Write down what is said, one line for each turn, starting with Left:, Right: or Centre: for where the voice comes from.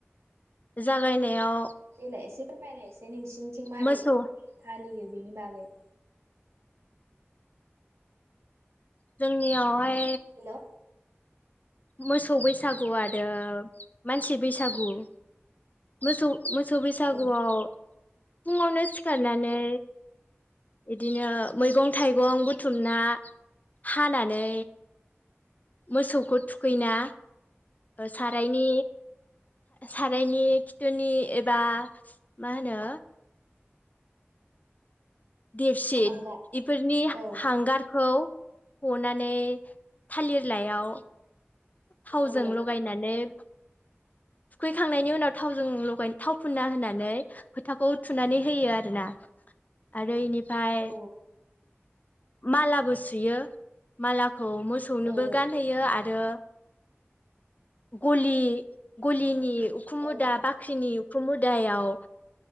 Left: जालायनायाव
Right: देलाय एसे <unintelligible> बे नोंसिनिथिं माबोरै
Left: मोसौ
Right: फालियो बिनि बागै
Left: जोंनि आवहाय
Right: हेलौ
Left: मोसौ बैसागु आरो औ मानसि बैसागु मोसौ मोसौ बैसागुआव
Right: ओं
Left: फुङावनो। सिथारनानै बिदिनो मैगं थाइगं बुथुमना हानानै। मोसौखौ थुखैना सारायनि सारायनि खिथुनि एबा मा होनो। देपसि
Right: थांगार
Left: बेफोरनि
Right: औ
Left: हांगारखौ। हनानै थालिर लाइयाव थावजों
Right: औ औ
Left: लगायनानै थुखैखांनायनि उनाव थावजों लगाय थाव फुनना होनानै फोथाखौ थुनानै होयो आरोना आरो इनि फ्राय
Right: औ
Left: मालाबो सुयो माला खौ मोसौनोबो
Right: औ
Left: गानहोयो आरो। गलि गलिनि उखुममुदा
Right: औ
Left: बाख्रिनि उखुममुदायाव